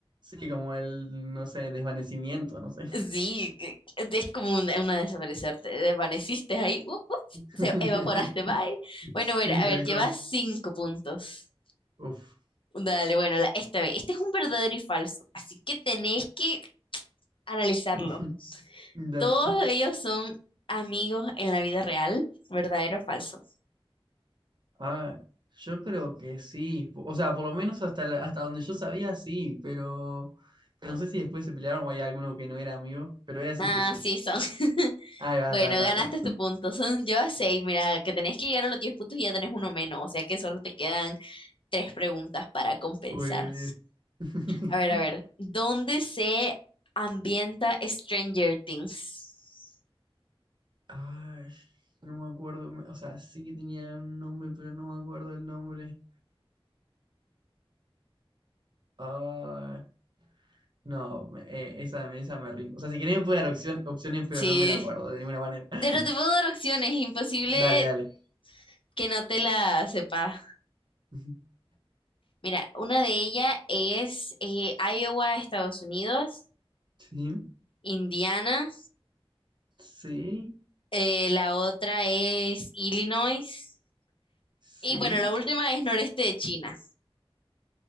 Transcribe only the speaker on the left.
Sí, es como una, una desaparecer, te desvaneciste ahí, uh, uh,
se evaporaste, bye. Bueno,
bueno, a
ver, llevas
cinco puntos.
Dale, bueno, la- esta vez, este es un verdadero y falso, así que tenés que analizarlo.
Todos ellos son amigos en la vida real, verdadero o falso.
Ah,
sí, son. <laughs>
Bueno,
ganaste
tu punto. Son yo a seis. Mira, que tenés que llegar a los 10 puntos y ya tenés uno menos. O sea que solo te quedan tres preguntas para compensar.
A ver, a ver. ¿Dónde se ambienta Stranger Things?
Sí.
Pero te puedo dar opciones. Imposible
que no te la sepas.
Mira, una de ellas es eh, Iowa, Estados Unidos.
Indiana,
eh, la otra es Illinois
y bueno, la última es noreste de China.